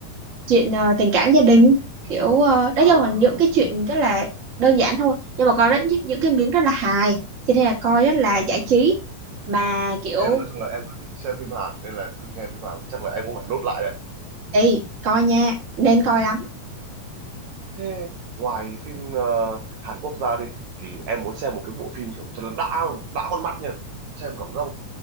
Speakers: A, on the right (about 25°); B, on the right (about 65°).
A: chuyện ờ, tình cảm gia đình kiểu uh, nói
B: À,
A: chung là những cái chuyện rất là đơn giản thôi nhưng mà có rất những, những cái miếng rất là hài cho nên là coi rất là
B: ờ.
A: giải trí mà kiểu
B: em nói chung là em cứ thích xem phim Hàn nên là cứ nghe phim Hàn chắc là em cũng phải nốt lại đấy.
A: ê coi nha nên coi lắm
B: Thế ngoài phim ờ, Hàn Quốc ra đi thì em muốn xem một cái bộ phim kiểu thật là đã đã con mắt nha. Xem cảm giác